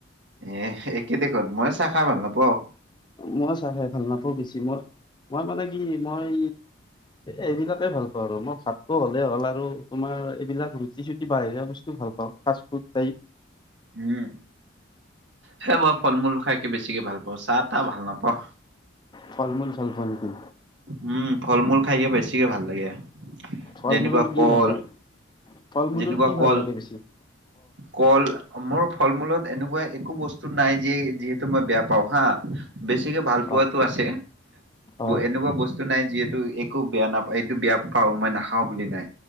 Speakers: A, on the right (about 65°); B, on the left (about 25°).
A: এ' একে দেখোন, মই চাহ খাই ভাল নাপাওঁ।
B: মই চাহ খাই ভাল নাপাওঁ। বেছি মই মই মানে কি, মই এইবিলাকে ভাল পাওঁ, আৰু মই ভাততো হ'লেই হ'ল আৰু, তোমাৰ এইবিলাক ৰুটি চুটি বাহিৰা বস্তু ভাল পাওঁ, ফাষ্ট ফুডটাইপ।
A: উম, সে মই ফল মূল খাইকে বেছিকে ভাল পাওঁ। চাহ টাহ ভাল নাপওঁ।
B: ফল মূল ভাল পোৱা নেকি?
A: উম, ফল মূল খাইকে বেছিকে ভাল লাগে।
B: ফল
A: যেনেকুৱা
B: মূলৰ
A: কল
B: কি ভাল লাগে? ফল মূলৰ
A: যেনেকুৱা
B: কি
A: কল
B: ভাল লাগে বেছি?
A: কল, মোৰ ফল মূলত এনেকুৱা একো বস্তু নাই যে যিহেতু মই বেয়া পাওঁ। হা বেছিকে ভাল পোৱাতো
B: অ',
A: আছে,
B: অ',
A: এনেকুৱা বস্তু তো নাই, যিহেতু একো বেয়া নাপা এইটো বেয়া পাওঁ মই নাখাওঁ বুলি নাই